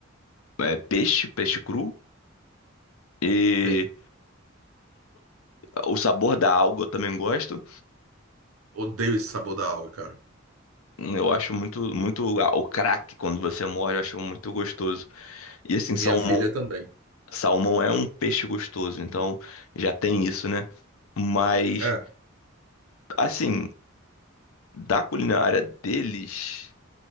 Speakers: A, on the left; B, on the right.
A: é, peixe, peixe cru, e
B: Tem.
A: o sabor da alga eu também gosto.
B: Odeio esse sabor da aula, cara.
A: Hum, Eu acho muito, muito. ah, O craque, quando você morde, eu acho muito gostoso. E assim,
B: Minha
A: salmão.
B: filha também.
A: Salmão é um peixe gostoso, então já tem isso, né? Mas,
B: É,
A: assim, da culinária deles.